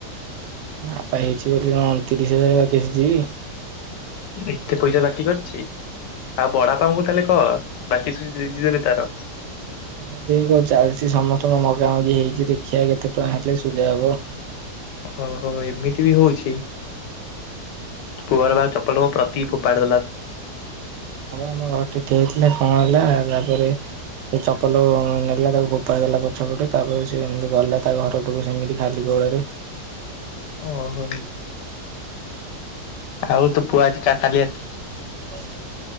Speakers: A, on the right (about 85°); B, on the left (about 85°).
A: ବାପା ହେଇଛି ବୋଲି କଣ ତିରିଶ ହଜାର ବାକି ଶୁଝିବି?
B: ଏତେ ପଇସା ବାକି କରିଛି ଆଉ ବଡବାପାଙ୍କୁ ତାହେଲେ କହ ବାକି ସୁଝି ସୁଝି ଦେବେ ତାର।
A: ଆଉ ସେଇ କଣ ଚାଲିଛି ସମସ୍ତଙ୍କ ମଗା ମଗି ହେଇଛି ଦେଖିବା କେତେ ଟଙ୍କା ହେଲେ ସୁଝା ହବ।
B: ଓ ହୋ ଏମିତି ବି ହଉଛି। ପୁଅର ବା ଚପଲ କଣ ପ୍ରତିକ ଖୋପାଡି ଦେଲା।
A: ହଁ ବା ଆମ ଘରଠି ଠିଆ ହେଇଥିଲେ କଣ ହେଲା ତାପରେ। ସେ ଚପଲ ନେଲା ତାକୁ ଖୋପାଡ଼ି ଦେଲା ପଛ ପଟେ ତାପରେ ସେ ଏମିତି ଗଲା ତା ଘର ଘର କୁ ସେମିତି ଖାଲି ଗୋଡରେ।
B: ଓହୋ ଆଉ ତ ପୁଅ ଆଜି କା-କାଲି ଆସ
A: ହଁ ହଁ